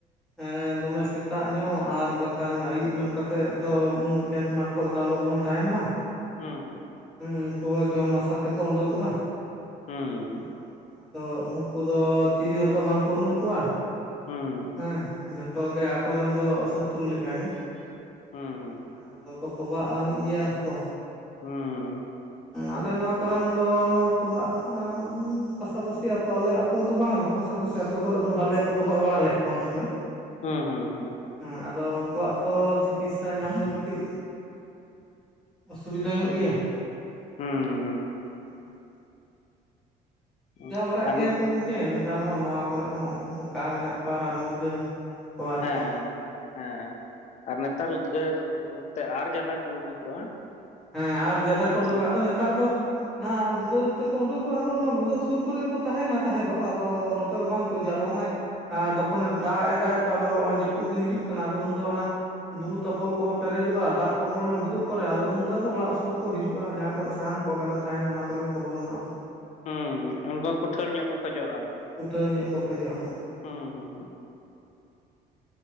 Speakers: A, in the centre; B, on the left.
A: ᱮᱸ ᱫᱚᱢᱮ ᱥᱮᱛᱟᱜ ᱧᱚᱜ ᱟᱨ ᱵᱟᱠᱷᱟᱱ ᱟᱹᱭᱩᱵ ᱧᱚᱜ ᱠᱟᱛᱮᱫ ᱫᱚ ᱠᱷᱮᱛ ᱢᱟᱴᱷ ᱠᱚᱨᱮ ᱫᱚ ᱟᱞᱚᱵᱚᱱ ᱛᱟᱦᱮᱱ ᱢᱟ
B: ᱦᱩᱸ ᱦᱩᱸ
A: ᱦᱩᱸ ᱩᱱᱠᱩ ᱦᱚᱸ ᱡᱚᱢ ᱟᱥᱟ ᱛᱮᱠᱚ ᱩᱰᱩᱠᱚᱜᱼᱟ
B: ᱦᱩᱸ,
A: ᱦᱮᱸ ᱟᱫᱚ ᱩᱱᱠᱩ ᱫᱚ ᱪᱤᱞᱤ ᱦᱛᱚ ᱵᱟᱝᱠᱚ ᱩᱨᱩᱢ ᱠᱚᱣᱟ
B: ᱦᱩᱸ,
A: ᱦᱮᱸ ᱡᱚᱛᱚ ᱜᱮ ᱠᱚᱨᱮᱱ ᱫᱚ ᱥᱚᱛᱨᱩ ᱞᱮᱠᱟ ᱜᱮ
B: ᱦᱩᱸ,
A: ᱦᱮᱸ ᱟᱫᱚ ᱠᱚ ᱛᱚᱵᱟᱜ ᱟᱹᱱᱤᱡ ᱜᱮᱭᱟ ᱛᱚ
B: ᱦᱩᱸ,
A: ᱟᱞᱮ ᱱᱚᱣᱟ ᱠᱚᱨᱮᱱ ᱫᱚ ᱛᱚᱵᱟᱜ ᱯᱟᱥᱟᱯᱟᱹᱥᱤ ᱟᱛᱩ ᱟᱞᱮ ᱱᱤᱛᱚᱜ ᱫᱚ ᱵᱟᱝ ᱨᱚᱦᱚᱸ ᱯᱟᱥᱟᱯᱟᱥᱤ ᱟᱹᱛᱩ ᱠᱚᱨᱮᱫ ᱫᱚ ᱵᱷᱟᱞᱮ ᱜᱮᱠᱚ ᱛᱚᱵᱟᱜ ᱵᱟᱲᱟ ᱞᱮᱫ ᱠᱚᱣᱟ ᱩᱱᱥᱚᱢᱚᱭ
B: ᱦᱩᱸ ᱦᱩᱸ ᱦᱩᱸ
A: ᱦᱮᱸ ᱟᱫᱚ ᱩᱱᱠᱩᱣᱟᱜ ᱛᱚ ᱪᱤᱠᱤᱥᱥᱟ ᱧᱟᱢ ᱫᱚ ᱠᱟᱹᱴᱤᱡ ᱚᱥᱩᱵᱤᱫᱟ ᱧᱚᱜ ᱜᱮᱭᱟ
B: ᱦᱩᱸ, ᱦᱩᱸ,
A: ᱦᱩᱸ <inaudible>
B: ᱦᱩᱸ,
A: ᱚᱡᱷᱟ ᱵᱟᱲᱟᱜ
B: ᱟᱨ
A: ᱜᱮᱭᱟ
B: ᱦᱮᱸ,
A: ᱠᱚ ᱜᱚᱢᱠᱮ ᱱᱮᱛᱟᱨ ᱦᱚᱸ ᱱᱚᱣᱟ ᱠᱚᱨᱮᱜ ᱦᱚᱸ ᱚᱱᱠᱟ ᱢᱮᱱᱟᱜ ᱠᱚᱣᱟ ᱨᱟᱱ ᱢᱩᱨᱜᱟᱹᱱ᱾ ᱠᱚ ᱟᱨᱠᱤ
B: ᱦᱮᱸ ᱦᱮ ᱦᱮᱸ ᱟᱨ ᱱᱮᱛᱟᱨ ᱩᱫᱽᱜᱟᱹᱨ ᱛᱮ ᱟᱨ ᱡᱟᱫᱟ ᱠᱚ ᱩᱰᱩᱠᱚᱜᱼᱟ
A: ᱦᱮᱸ ᱟᱨ ᱡᱟᱫᱟ ᱠᱚ ᱩᱰᱩᱠᱚ-ᱟ
B: ᱥᱮ
A: ᱟᱫᱚ ᱱᱮᱛᱟᱨ ᱫᱚ ᱱᱟ ᱩᱫᱽᱜᱟᱹᱨ ᱛᱮᱠᱚ ᱩᱰᱩᱠᱚᱜᱼᱟ ᱟᱫᱚ ᱚᱱᱟ ᱵᱷᱩᱜᱟᱹᱜ ᱥᱩᱨ ᱠᱚᱨᱮ ᱜᱮᱠᱚ ᱛᱟᱦᱮᱱᱟ ᱛᱟᱦᱮᱸ ᱫᱚ ᱟᱫᱚ ᱟᱫᱚ ᱵᱟᱝ ᱠᱚ ᱦᱤᱡᱩᱜᱼᱟ ᱟᱫᱚ ᱦᱚᱸᱜᱼᱚᱭ ᱛᱚᱠᱷᱚᱱᱮ ᱫᱟᱜ ᱮᱫᱟᱭ ᱛᱚ ᱟᱫᱚ ᱡᱟᱹᱯᱩᱫ ᱫᱤᱱ ᱦᱤᱡᱩᱜ ᱠᱟᱱᱟ ᱟᱫᱚ ᱩᱱᱫᱚ ᱚᱱᱟ ᱵᱩᱨᱩ ᱛᱟᱯᱚᱞ ᱠᱚᱦᱚᱸ ᱯᱮᱨᱮᱡᱚᱜᱼᱟ ᱫᱟᱜ ᱠᱚ ᱵᱚᱞᱚᱱᱟ ᱵᱷᱩᱜᱟᱹᱜ ᱠᱚᱨᱮ ᱟᱫᱚ ᱩᱱ ᱫᱚ ᱚᱲᱟᱜ ᱥᱩᱨ ᱠᱚ ᱦᱤᱡᱩᱜᱼᱟ ᱡᱟᱦᱟᱸ ᱠᱚᱨᱮ ᱥᱟᱦᱟᱱ ᱠᱚ ᱜᱟᱫᱟ ᱛᱟᱦᱮᱱᱟ ᱚᱱᱟ ᱠᱚᱨᱮᱱ ᱠᱚ ᱵᱚᱞᱚᱱᱟ ᱟᱫᱚ
B: ᱦᱩᱸ ᱩᱱᱠᱩ ᱦᱚᱸ ᱠᱩᱴᱷᱟᱹᱲ ᱧᱚᱜ ᱠᱚ ᱠᱷᱚᱡᱚᱜᱼᱟ
A: ᱩᱴᱷᱟᱹᱲ ᱧᱚᱜ ᱠᱚ ᱠᱷᱚᱡᱚᱜᱼᱟ ᱱᱟᱦᱟᱜ
B: ᱦᱩᱸ ᱦᱩᱸ ᱦᱩᱸ